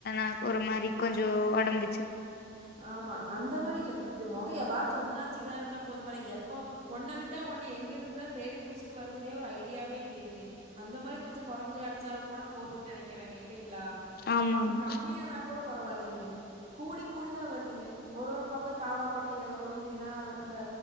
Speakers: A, on the left; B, on the right.
A: அ ஒரு மாரி கொஞ்சம் உடம்பு
B: ஆமா அந்த மாரி இல்ல இது முகை யபாச்ச ஒன்னாச்சு இதா இருந்தா போதுமால இது எப்போ ஒன்ன விட்டா ஒன்னு எங்க இருந்ததா தேடி பிடிச்சிட்டு வருதுனே ஒரு ஐடியாவே இல்லைங்க அந்த மாரி கொஞ்சம் குறைஞ்சு கிடடைச்சாலும் கூட போதும்ன்னு நினைக்கிறேங்க இல்லைங்ளா
A: ஆமாங்க
B: கம்மியானா கூட பரவாயிலீங்க கூடி கூடிதான் வருதுங்க ஒரு ஒரு பக்கம் தாவாக்கட்டையில வரும் இல்லைன்னா இந்த